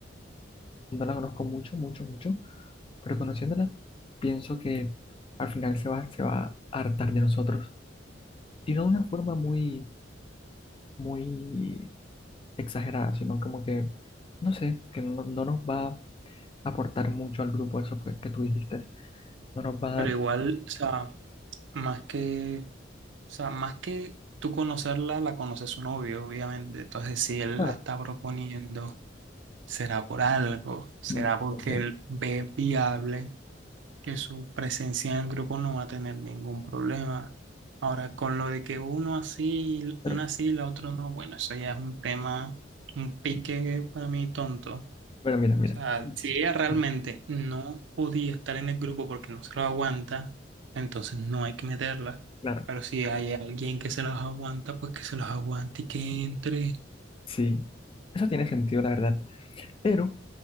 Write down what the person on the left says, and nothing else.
no la conozco mucho, mucho, mucho, pero conociéndola, pienso que al final se va, se va a hartar de nosotros. Y no de una forma muy, muy exagerada, sino como que, no sé, que no, no nos va a aportar mucho al grupo eso que, que tú dijiste. No nos va a dar...
Claro.
mm,
ok,
Pero,
pero mira, mira.
<laughs>
Claro,
sí. Eso tiene sentido, la verdad. Pero...